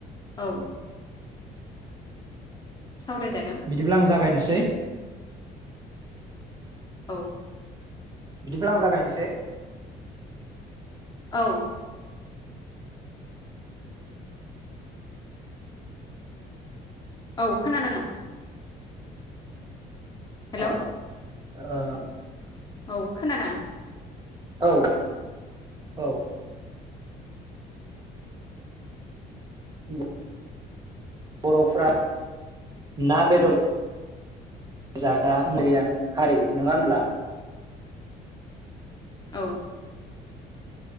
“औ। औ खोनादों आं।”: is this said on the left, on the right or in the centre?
Left